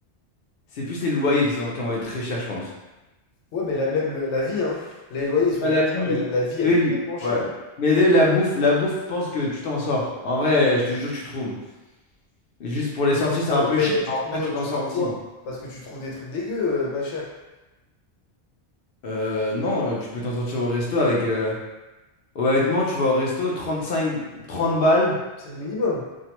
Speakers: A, on the left; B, on the left.
A: c'est plus les loyers qui sont, qui vont être très chers, je pense.
B: Ouais, mais la, même le- la vie, hein. Les loyers, ils sont
A: Ouais,
B: hyper
A: la vie.
B: chers, mais la, la vie, elle
A: t'as vu
B: est
A: le-
B: tellement chère.
A: Ouais. Mais t'as vu, la bouffe, la bouffe, je pense que tu t'en sors. En vrai, je te jure que tu trouves. Juste pour les sorties, c'est
B: Bah
A: un
B: ouais,
A: peu
B: mais
A: cher,
B: tu
A: mais en
B: trouves,
A: vrai, tu
B: euh,
A: t'en
B: tu
A: sors
B: trouves
A: aussi.
B: quoi? Parce que tu trouves des trucs dégueux, euh, pas cher.
A: Euh, non, tu peux t'en sortir au resto avec. euh, Honnêtement, tu vas au resto, 35 30 balles.
B: C'est le minimum.